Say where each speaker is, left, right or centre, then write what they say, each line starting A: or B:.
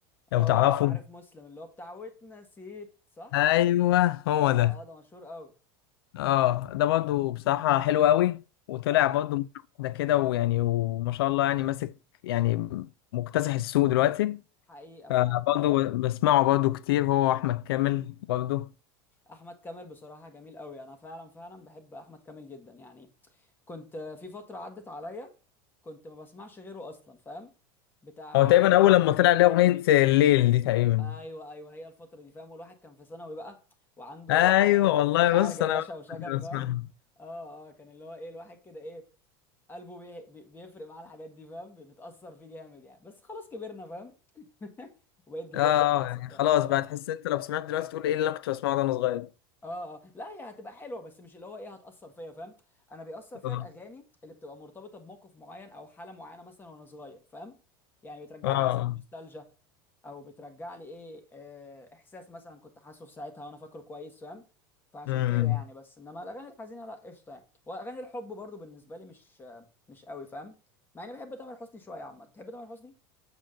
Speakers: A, on the left; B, on the left.
A: لو
B: اه
A: تعرفه
B: عارف مسلم اللي هو بتاع واتنسيت صح
A: ايوه هو
B: اه
A: ده
B: اه ده مشهور قوي
A: اه ده برضه بصراحه حلو قوي وطلع
B: اه
A: برضه مرة واحده كده ويعني وما شاء الله يعني ماسك يعني مكتسح السوق دلوقتي
B: حقيقة فعلا
A: فبرضه بسمعه برضه كتير هو احمد كامل برضه
B: احمد كامل بصراحة جميل قوي انا فعلا فعلا بحب احمد كامل جدا يعني كنت في فترة عدت عليا كنت ما بسمعش غيره أصلا فاهم بتاع
A: هو تقريبا
B: يا
A: اول لما
B: ليل
A: طلع
B: دي
A: ليه اغنيه الليل دي تقريبا
B: أيوه أيوه هي الفترة دي فاهم والواحد كان في ثانوي بقى وعنده
A: ايوه والله
B: مشاعر
A: بص
B: جياشة
A: انا
B: وشجن
A: كنت
B: فاهم
A: بسمعها
B: اه اه كان اللي هو ايه الواحد كده ايه قلبه بي بي- بيفرق معاه الحاجات دي فاهم بي- بتأثر فيه جامد يعني بس خلاص كبرنا فاهم <laughs> وبقيت جبلة
A: اه آه،
B: للأسف
A: يعني خلاص
B: يعني اه
A: بقى تحس انت لو سمعت دلوقتي تقول ايه اللي انا كنت بسمعه ده وانا صغير
B: اه اه لا هي هتبقى حلوه بس مش اللي هو ايه هتاثر فيا فاهم انا بيأثر فيا
A: اه
B: الاغاني اللي بتبقى مرتبطه بموقف معين او حاله معينه مثلا وانا صغير فاهم يعني بترجع
A: اه
B: لي مثلا نوستالجيا او بترجع لي ايه آه احساس مثلا كنت حاسه في ساعتها وانا فاكره كويس فاهم فعشان
A: امم
B: كده يعني بس انما الاغاني الحزينه لا قشطه يعني واغاني الحب برضو بالنسبه لي مش آه، مش قوي فاهم مع اني بحب تامر حسني شويه عامه تحب تامر حسني